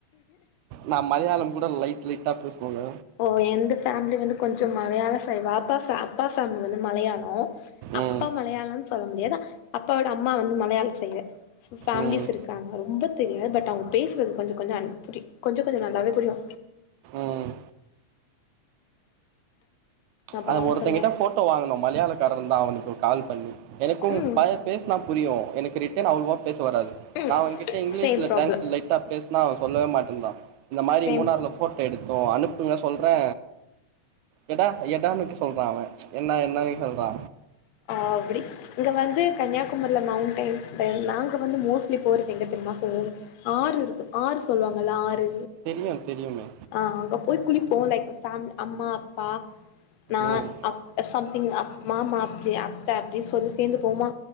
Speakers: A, on the right; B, on the left.
A: நா மலையாளம் கூட லைட் லைட்டா பேசுவேங்க
B: ஓ எந்து ஃபேமிலி வந்து கொஞ்சோ மலையாள சைடு வாப்பா ஃபே அப்பா ஃபேமிலி வந்து மலையாளோ
A: ம்
B: அப்பா மலையாளோன் சொல்ல முடியாது அப்பாவோட அம்மா வந்து மலையாள சைடு சோ ஃபேமிலிஸ்
A: ம்
B: இருக்காங்க ரொம்ப தெரியாது பட் அவங்க பேசுறது கொஞ்ச கொஞ்சோ அன் புரி கொஞ்ச கொஞ்சோ நல்லாவே புரியு
A: ம்
B: அப்றோ
A: அந்த ஒருத்தங்கிட்ட
B: சொல்லுங்க
A: ஃபோட்டோ வாங்குனோ மலையாளக்காரன் தா அவனுக்கு கால் பண்ணி எனக்கும்
B: ம்
A: பய பேசுனா புரியு எனக்கு ரிட்டர்ன் அவ்ளவா பேச வராது
B: ம்
A: நா அவங்கிட்ட இங்கிலீஷ்ல
B: சேம் ப்ராப்ளம்
A: டிரான்ஸ் லைட்டா பேசுனா அவ சொல்லவே மாட்டேன்ட்றா இந்த மாரி
B: சேம்
A: மூணாறுல ஃபோட்டோ எடுத் தோ அனுப்புங்க சொல்றே கேட்டா எடான்னுக்கு சொல்றா அவ என்ன என்னனே சொல்றா
B: ஆப்டி இங்க வந்து கன்னியாகுமரியல மவுண்டையின்ஸ் தென் நாங்க வந்து மோஸ்ட்லி போறது எங்க தெரியும்மா போவோ ஆறு இருக்கு ஆறு சொல்லுவாங்கல்ல ஆறு
A: தெரியு தெரியுமே
B: ஆ அங்கப் போய் குளிப்போ லைக் ஃபேம் அம்மா அப்பா நா
A: ம்
B: அப் சம்திங் அப் மாமா அப்டி அத்த அப்டி சொல்லி சேந்து போவ்மா